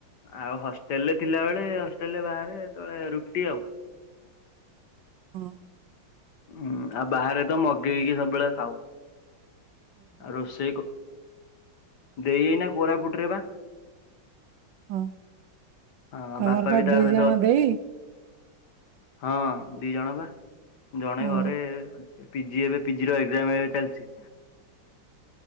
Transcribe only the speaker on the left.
ଆଉ ହଷ୍ଟେଲ ରେ ଥିଲା ବେଳେ ହଷ୍ଟେଲ ରେ ବାହାରେ ତ ରୁଟି ଆଉ।
ହୁଁ ଆଉ ବାହାରେ ତ ମଗେଇକି ସବୁବେଳେ ଖାଉ। ଆଉ ରୋଷେଇ ଦେଇ ଏଇନା କୋରାପୁଟ ରେ ବା।
ହଁ
ବାପା
ବି ତା
ସହିତ
ହଁ ଦି ଜଣ ବା ଜଣେ
ଘରେ ଅଛି। ପିଜି ଏବେ ପିଜି ର ଏକ୍ଜାମ ଏବେ ଚାଲିଛି।